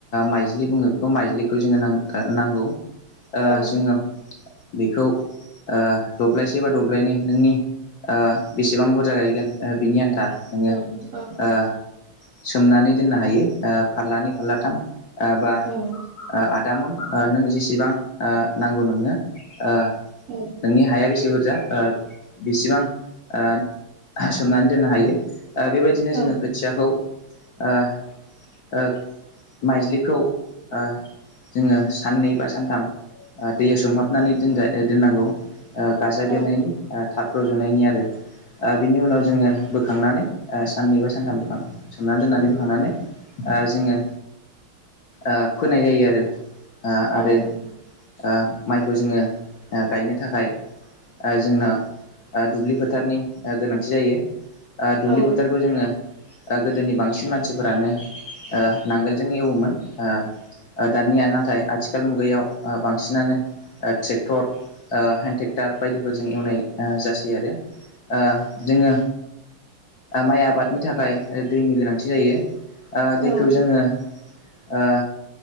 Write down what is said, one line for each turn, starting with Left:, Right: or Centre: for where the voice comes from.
Left: माइज्लि बुङो बेखौ माइज्लिखौ जोङो नांगौ ओ
Right: औ
Left: जोङो बेखौ ओक् दब्लायसे बा दब्लायनै नोंनि बेसेबां बुरजा गायगोन ओ बिनि आन्था नोङो
Right: औ औ
Left: ओ सोमनानै दोननो हायो ओ फारलानै फारलाथाम ओ बा
Right: औ
Left: आदामन नों जेसेबां नांगौ नोंनो ओ
Right: उम
Left: नोंनि हाया बेसे बुरजा ओ बेसेबां ओ सोमनानै दोननो हायो बेबायदिनो
Right: औ
Left: जोङो खोथियाखौ ओ माइज्लिखौ ओ जोङो साननै बा सानथाम ओ दैयाव समोमहाब नानै दोनजा ओ दोननांगौ ओ गाजा
Right: औ
Left: बेरनायनि ओ थाब रज'नायनि आरो। ओ बिनि उनाव जोङो बोखांनानै ओ साननै बा सानथाम बोखां सोमना दोननानै बोखांनानै ओ जोङो ओ फोनाय जायो आरो आ-आरो
Right: औ
Left: ओ माइखौ जोङो ओ गायनो थाखाय ओ जोंना दुब्लि फोथारनि ओ गोनांथि जायो दुब्लि
Right: औ
Left: ओ फोथारखौ जोङो ओ गोदोनि बांसिन मानसिफोरानो ओ नांगोलजों एवोमोन ओ दानिया नाथाय आथिखाल मुगायाव बांसिनानो ट्रेक्टर ओ हेन्द ट्रेक्टर बायदिफोरजों एवनाय जासै आरो ओ जोङो माइ आबादनि थाखाय दैनि गोनांथि जायो। ओ दैखौ
Right: औ
Left: जोङो ओ